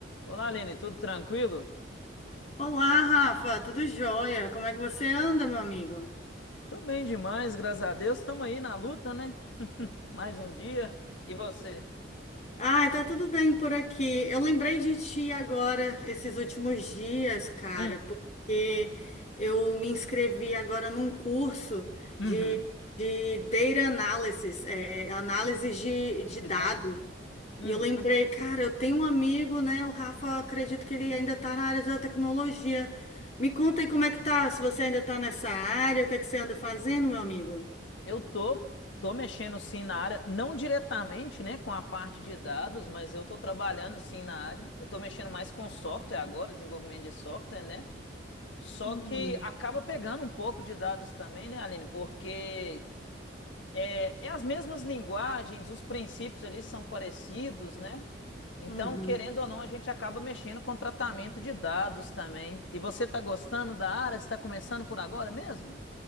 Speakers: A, on the left; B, on the left.
A: Olá, Aline, tudo tranquilo?
B: Olá, Rafa, tudo jóia? Como é que você anda, meu amigo?
A: Tô bem demais, graças a Deus. Estamos aí na luta, né? Mais um dia. E você?
B: Ai, tá tudo bem por aqui. Eu lembrei de ti agora, esses últimos dias, cara,
A: Hum,
B: porque eu me inscrevi agora num curso
A: uhum.
B: de, de Data Analysis, é, análise de, de
A: De
B: dados.
A: dar. Uhum.
B: E eu lembrei, cara, eu tenho um amigo, né? O Rafa, acredito que ele ainda está na área da tecnologia. Me conta aí como é que tá, se você ainda está nessa área, o que é que você anda fazendo, meu amigo?
A: Eu tô, tô mexendo sim na área, não diretamente, né, com a parte de dados, mas eu tô trabalhando sim na área. Eu tô mexendo mais com software agora, desenvolvimento de software, né? Só
B: Hum.
A: que acaba pegando um pouco de dados também, né, Aline? Porque É, é as mesmas linguagens, os princípios ali são parecidos, né? Então,
B: Uhum.
A: querendo ou não, a gente acaba mexendo com tratamento de dados também. E você está gostando da área? Você está começando por agora mesmo?